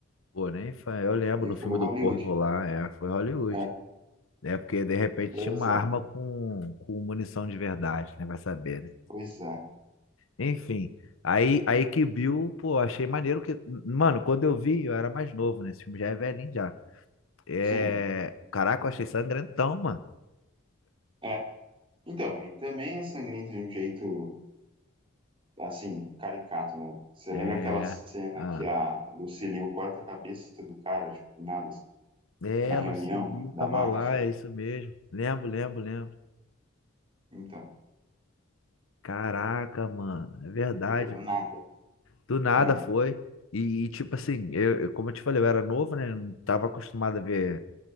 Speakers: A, on the left; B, on the right.
A: Pô, nem foi. Eu lembro
B: E
A: no filme
B: foi o
A: do
B: Hollywood.
A: Corvo lá, é, foi Hollywood.
B: É,
A: É porque de repente
B: pois
A: tinha uma
B: é,
A: arma com, com munição de verdade, né? Vai saber, né?
B: pois é.
A: Enfim, aí, aí que Bill, pô, achei maneiro que. Mano, quando eu vi, eu era mais novo, né? Esse filme já é velhinho já. É...
B: Sim,
A: Caraca, eu achei sangrentão, mano.
B: é. Então, e também é sangrento de um jeito, assim, caricato, né? Você
A: É.
B: lembra aquela cena
A: Ah.
B: que a Lucy Liu corta a cabeça do cara, tipo, do nada, assim,
A: É,
B: na reunião
A: Lucilio
B: da
A: tava
B: máfia?
A: lá, é isso mesmo. Lembro, lembro, lembro.
B: Então,
A: Caraca, mano, é verdade.
B: tipo, do nada.
A: Do nada
B: É,
A: foi. E, e, tipo assim, eu, eu- como eu te falei, eu era novo, né? Não tava acostumado a ver,